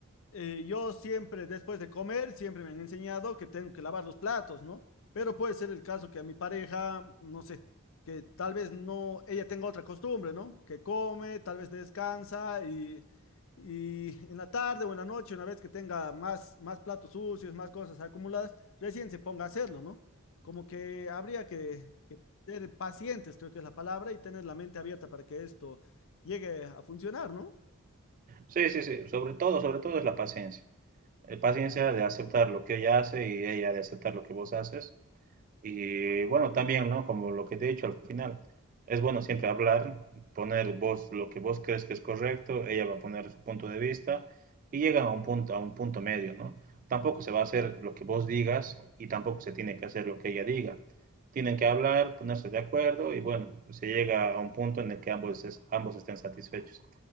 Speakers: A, on the left; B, on the right.
A: eh, yo siempre, después de comer, siempre me han enseñado que tengo que lavar los platos, ¿no? Pero puede ser el caso que a mi pareja, no sé, que tal vez no, ella tenga otra costumbre, ¿no? Que come, tal vez descansa y, y en la tarde o en la noche, una vez que tenga más, más platos sucios, más cosas acumuladas, recién se ponga a hacerlo, ¿no? Como que habría que, que ser pacientes, creo que es la palabra, y tener la mente abierta para que esto llegue a funcionar, ¿no?
B: Sí, sí, sí, sobre todo, sobre todo es la paciencia. La paciencia de aceptar lo que ella hace y ella de aceptar lo que vos haces Y bueno, también, ¿no? Como lo que te he dicho al final, es bueno siempre hablar, poner vos lo que vos crees que es correcto, ella va a poner su punto de vista y llegan a un punto, a un punto medio, ¿no? Tampoco se va a hacer lo que vos digas y tampoco se tiene que hacer lo que ella diga. Tienen que hablar, ponerse de acuerdo y bueno, se llega a un punto en el que ambos, es- ambos estén satisfechos.